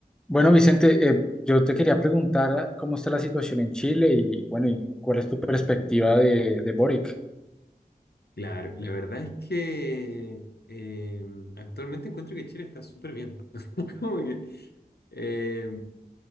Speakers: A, in the centre; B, on the left.
A: Bueno, Vicente, eh, yo te quería preguntar ah, cómo está la situación en Chile y bueno, y cuál es tu perspectiva de, de Boric.
B: Claro, la verdad es que eh, actualmente encuentro que Chile está súper bien. <laughs> Como que eh,